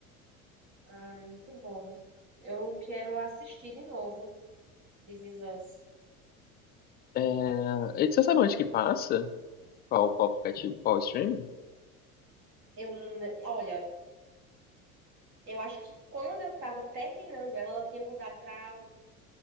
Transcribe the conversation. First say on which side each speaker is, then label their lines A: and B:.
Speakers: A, on the right; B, on the left.
A: Ah, é muito bom. Eu quero assistir de novo, This Is Us.
B: É, e você sabe onde que passa? Qual, qual aplicativo? Qual streaming?
A: Eu, n- olha, eu acho que quando eu estava terminando ela, ela tinha mudado para